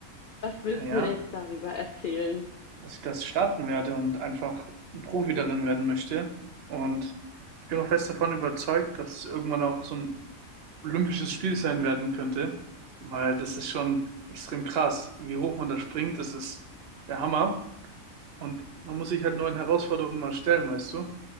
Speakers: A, on the left (about 80°); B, on the right (about 50°).
A: Was willst
B: Naja,
A: du mir denn jetzt darüber erzählen?
B: dass ich das starten werde und einfach ein Profi darin werden möchte. Und ich bin auch fest davon überzeugt, dass es irgendwann auch so ein olympisches Spiel sein werden könnte, weil das ist schon extrem krass, wie hoch man da springt, das ist der Hammer. Und man muss sich halt neuen Herausforderungen mal stellen, weißt du?